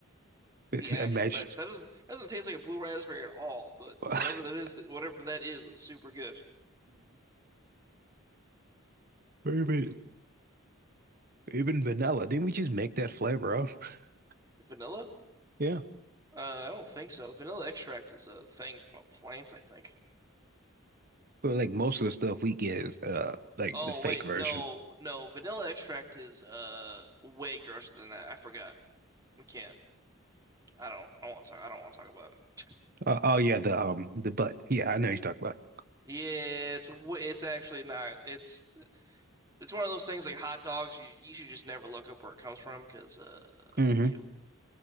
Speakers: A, on the right (about 15°); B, on the right (about 45°).
A: the
B: <laughs>
A: actual
B: Imagine.
A: best. That doesn't doesn't taste like a blue raspberry at all, but
B: <laughs>
A: whatever that is, that whatever that is, is super good.
B: Mm-hmm. Even vanilla. Didn't we just make that flavor up? <laughs>
A: Vanilla?
B: Yeah.
A: Uh, I don't think so. Vanilla extract is a thing from a plant, I think.
B: But like most of the stuff we get is uh like
A: Oh
B: the fake
A: wait,
B: version.
A: no, no. Vanilla extract is uh way grosser than that. I forgot. We can't. I don't. I want to talk. I don't want to talk about it.
B: Uh, oh yeah, the um the butt. Yeah, I know you talk about.
A: Yeah, it's w- it's actually not. It's it's one of those things like hot dogs. You you should just never look up where it comes from because uh
B: hmm
A: ew.